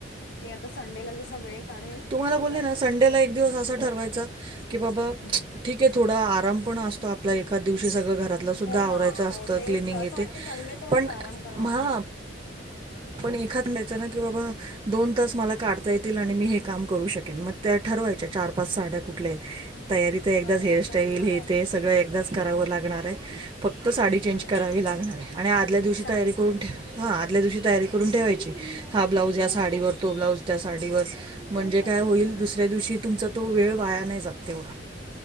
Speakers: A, on the left (about 65°); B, on the right (about 25°).
A: मी आता संडेला जसा वेळ काढेल
B: तुम्हाला
A: आणि
B: बोलले
A: ट्राय
B: ना
A: करेल
B: संडेला एक दिवस असा ठरवायचा
A: <unintelligible>
B: की बाबा
A: हम्म
B: ठीक आहे. थोडा आराम पण असतो आपल्या एखाद दिवशी सगळं घरात आपलं सुद्धा
A: हो
B: आवरायचं
A: ना हो
B: असतं
A: तेच
B: क्लिनिंग
A: असं
B: येते
A: वाटतं संडे थोडासा
B: पण
A: आराम करावा
B: हा
A: आपण
B: पण एखाद म्हणयच ना की बाबा दोन तास मला काढ येतील आणि मी हे काम करू शकेन. मग त्या ठरवायच्या चार पाच साड्या कुठल्या आहेत. तयारी तर एकदाच
A: थोडा वेळ
B: हेअरस्टाईल
A: आपल्यालाच काढावा
B: हेे
A: लागतो
B: ते सगळं
A: बरोबर
B: एकदाच करावं लागणार आहे. फक्त साडी चेंज
A: बरोबर
B: करावी लागणार आहे. आणि आदल्या दिवशी
A: साडी
B: तयारी करून, ठे हा आदल्या दिवशी तयारी करून ठेवायची, हा ब्लाउज या
A: हम्म
B: साडीवर, तो ब्लाऊज त्या साडीवर, म्हणजे
A: त्या साडीवर
B: काय होईल,
A: बरोबर
B: दुसऱ्या दिवशी तुमचा तो वेळ वाया नाही जात तेवढा,